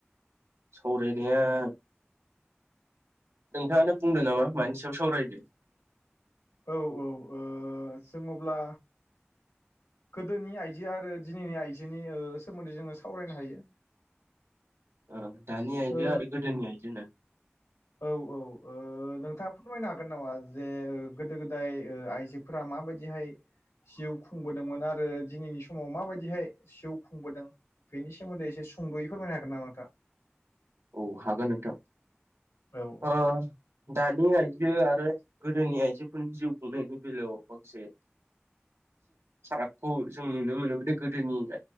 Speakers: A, on the right (about 70°); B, on the left (about 80°).
A: सावरायनाया नोंथाङानो बुंदो नामा मानि सायाव सावरायनो
B: औ-औ ओ जों अब्ला गोदोनि आइजो आरो दिनैनि आइजोनि ओ सोमोन्दै जोङो सावरायनो हायो
A: ओ दानि आइजो
B: ओ
A: आरो गोदोनि आइजोआ
B: औ औ ओ नोंथाङा फोरमायना हाग हागोन नामा जे गोदो गोदाय ओ आइजोफोरा माबायदिहाय जिउ खुंबोदोंमोन आरो दिनैनि समाव माबायदिहाय जिउ खुंबोदों बेनि सोमोन्दै एसे सुंदयै फोरमायनो हागोन नामा नोंथाङा
A: औ हागोन नोंथां
B: औ औ
A: अ दानि आइ दो आरो गोदोनि आइजोफोरनि जिउ खुंनायनि बेलायाव माखासे फारागखौ जों नुनो मोन गोदोनि